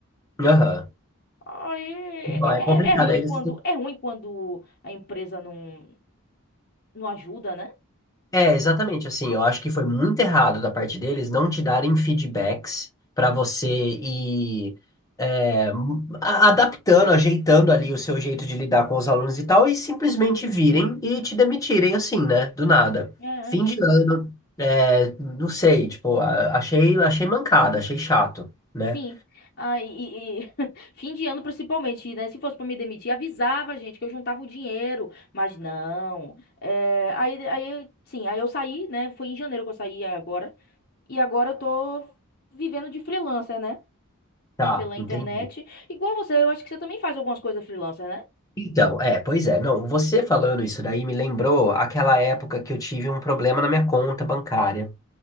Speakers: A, on the left; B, on the left.
A: Aham.
B: Aí é,
A: Não, é complicado.
B: é- é ruim
A: Eles
B: quando é ruim quando a empresa não não ajuda, né?
A: É, exatamente assim. Eu acho que foi muito errado da parte deles não te darem feedbacks para você ir é, a- adaptando, ajeitando ali o seu jeito de lidar com os alunos e tal, e simplesmente virem e te demitirem assim, né? Do nada.
B: É,
A: Fim
B: é isso.
A: de ano, é, não sei, tipo, a- achei, achei mancada, achei chato, né?
B: Sim. Ah, e, e- e <laughs> fim de ano principalmente, né? Se fosse pra me demitir, avisava, gente, que eu juntava o dinheiro, mas não. É, aí, aí, sim, aí eu saí, né? Foi em janeiro que eu saí agora. E agora eu tô vivendo de freelancer, né?
A: Tá,
B: Pela internet.
A: entendi.
B: Igual você, eu acho que você também faz algumas coisas freelancer, né?
A: Então, é, pois é, não, você falando isso daí me lembrou aquela época que eu tive um problema na minha conta bancária.